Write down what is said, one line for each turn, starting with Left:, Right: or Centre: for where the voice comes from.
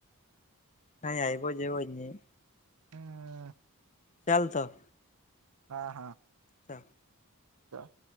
Left: કાઈ આવ્યો જેવો જ ની.
Right: હમ
Left: ચાલ તો.
Right: હા, હા.
Left: ચાલ.
Right: ચાલ.